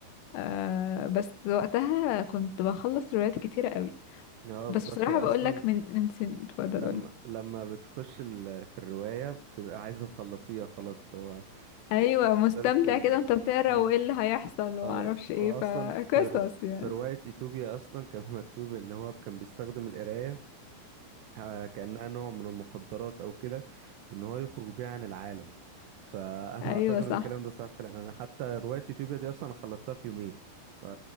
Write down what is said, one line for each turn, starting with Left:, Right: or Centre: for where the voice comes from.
Left: آه، بس وقتها كنت بخلص روايات كتيرة قوي
Right: اه
Left: بس
Right: بالظبط
Left: بصراحة
Right: هي
Left: بقولك
Right: اصلا
Left: من من سن اتفضل
Right: لما
Left: قولي
Right: لما بتخش ال... في الرواية بتبقى عايزة تخلصيها خلاص اللي هو
Left: أيوة
Right: تقدري
Left: مستمتع
Right: تكملي
Left: كده وانت بتقرا
Right: اه
Left: وايه اللي هيحصل ومعرفش
Right: اه واصلا
Left: ايه فقصص
Right: في رو...
Left: يعني
Right: في رواية يوتوبيا اصلا كان مكتوب ان هو كان بيستخدم القراية آه، كأنها نوع من المخدرات أو كده إن هو يخرج بيها عن العالم فأنا
Left: أيوة
Right: <laughs> أعتقد
Left: صح
Right: إن الكلام ده صح فعلا أنا حتى رواية يوتيوبيا دي أصلا أنا خلصتها في يومين ف